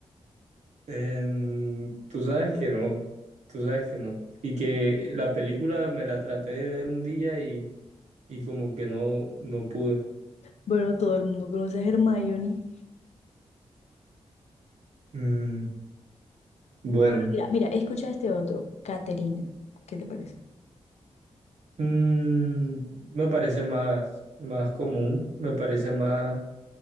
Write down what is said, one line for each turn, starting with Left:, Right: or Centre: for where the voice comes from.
Right: em, tú sabes que no. Tú sabes que no. Y que la película me la traté de ver un día y, y como que no, no pude.
Left: Bueno, todo el mundo conoce a Hermione.
Right: Mm, bueno.
Left: Mira, mira, escucha este otro, Caterina. ¿Qué te parece?
Right: Mm, me parece más, más común, me parece más